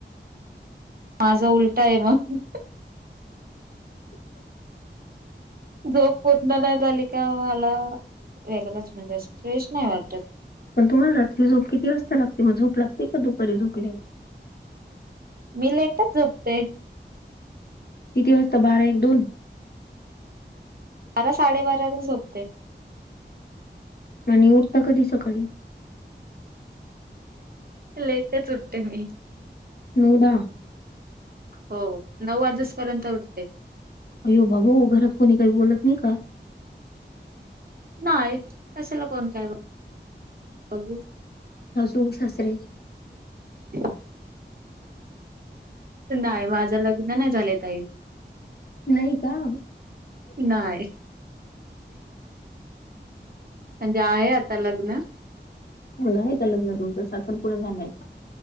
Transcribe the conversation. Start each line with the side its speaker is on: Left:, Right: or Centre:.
Right: माझं उलटा हे मग. झोप पूर्ण नाही झाली का मला. वेगळंच म्हणजे असं फेश नाही वाटत.
Left: पण तुम्हाला रात्री झोप किती वाजता लागते मग झोप लागते का दुपारी झोपल्यावर.
Right: ''मी लेटच झोपते.
Left: किती वाजता बारा एक दोन.
Right: बारा साडेबाराला झोपते.
Left: आणि उठता कधी सकाळी.
Right: लेटच उठते मी''
Left: नऊ दहा.
Right: हो नऊ वाजस पर्यंत उठते.
Left: अय्यो बाबो घरात कोणी काही बोलत नाही का?
Right: नाय कशाला कोण काय बघू.
Left: सासू सासरे.
Right: <inaudible> नाय माझं लग्न नाही झालंय ताई.
Left: नई का
Right: नाय म्हणजे आहे आता लग्न
Left: होणार हाय का लग्न तुमच साखरपुडा झालाय का